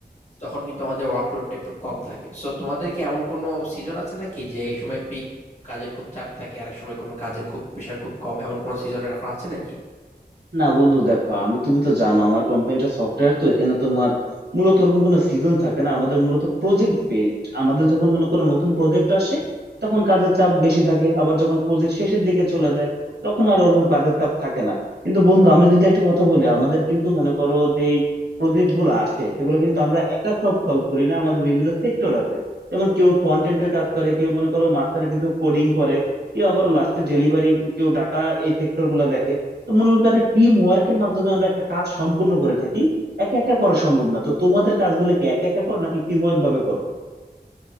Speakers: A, on the left; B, on the right.
A: তখন কিন্তু আমাদের ওয়ার্কলোডটা একটু কম থাকে সো তোমাদের কি এমন কোনো সিজন আছে নাকি যে এই সময় পিক কাজের খুব চাপ থাকে আরেক সময় কোনো কাজের খুব প্রেশার খুব কম এমন কোনো সিজন এখন আছে নাকি
B: না বন্ধু দেখো আমি তুমি তো জানো আমার কোম্পানিটা সফটওয়্যার তো এখানে তোমার মূলত ওরকম কোনো সিজন থাকে না আমাদের মূলত প্রজেক্ট বেসড আমাদের যখন মনে করো নতুন প্রজেক্ট আসে তখন কাজের চাপ বেশি থাকে আবার যখন প্রজেক্ট শেষের দিকে চলে যায় তখন আর ওরকম কাজের চাপ থাকে না কিন্তু বন্ধু আমি যদি একটা কথা বলি আমাদের কিন্তু মনে করো যেই প্রজেক্ট গুলো আসে সেগুলো কিন্তু আমরা একা সব সলভ করি না আমাদের বিভিন্ন সেক্টর আছে যেমন কেউ ফ্রন্ট এন্ড এর কাজ করে কেউ মনে করো মাঝখানে কিছু কোডিং করে কেউ আবার লাস্টে ডেলিভারি কেউ ডাটা এই সেক্টর গুলো দেখে তো মূলত একটা টিম ওয়ার্কের মাধ্যমে আমরা একটা কাজ সম্পূর্ণ করে থাকি একা একা করা সম্ভব না তো তোমাদের কাজগুলো কি একা একা করো নাকি টিম ওয়ার্ক ভাবে করো